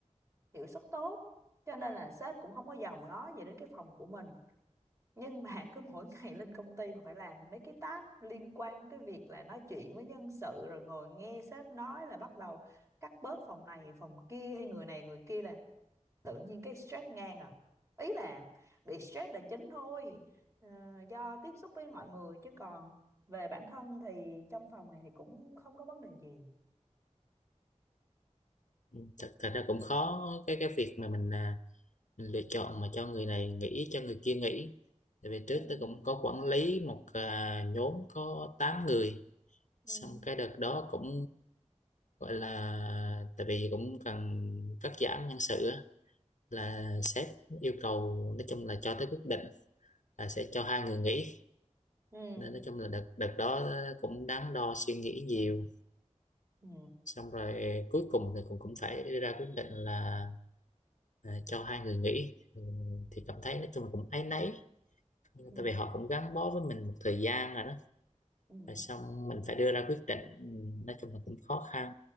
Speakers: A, on the right; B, on the left.
A: hiệu suất tốt cho nên là sếp cũng không có dòm ngó gì đến cái phòng của mình nhưng mà cứ mỗi <laughs> ngày lên công ty mà phải làm mấy cái task liên quan đến cái việc là nói chuyện với nhân sự rồi ngồi nghe sếp nói là bắt đầu cắt bớt phòng này phòng kia hay người này người kia là tự nhiên cái stress ngang à ý là bị stress là chính thôi ờ, do tiếp xúc với mọi người chứ còn về bản thân thì trong phòng này thì cũng không có vấn đề gì
B: Ừ, thật, thật ra cũng khó cái cái việc mà mình à, mình lựa chọn mà cho người này nghỉ cho người kia nghỉ tại vì
A: ừ
B: trước tôi cũng có quản lý một à, nhóm có 8 người
A: ừ
B: xong cái đợt đó cũng gọi là tại vì cũng cần cắt giảm nhân sự á, là sếp yêu cầu nói chung là cho tới quyết định là sẽ cho hai người nghỉ
A: ừ
B: nên nói chung là đợt đợt đó cũng đắn đo suy nghĩ nhiều
A: ừ
B: xong rồi cuối cùng thì cũng cũng phải đưa ra quyết định là à, cho hai người nghỉ Ừ, thì cảm thấy nói chung là cũng áy náy tại
A: ừ
B: vì họ cũng gắn bó với mình một thời gian rồi đó
A: ừ
B: Rồi xong mình phải đưa ra quyết định ừ, nói chung là cũng khó khăn